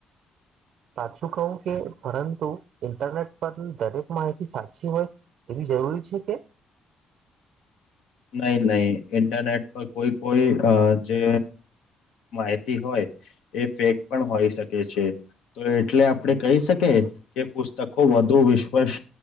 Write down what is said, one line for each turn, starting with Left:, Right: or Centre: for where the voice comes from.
Right: સાચું કહુ, કે પરતુ ઇન્ટરનેટ પર દરેક માહિતી સાચી હોય એવી જરૂરી છે, કે
Left: નહી, નહી ઇન્ટરનેટ પર કોઈ, કોઈ જે માહિતી હોય, એ ફેક પણ હોય શકે છે. તો એટલે આપડે કહી, શકીએ. કે પુસ્તકો વધુ વિશ્વસ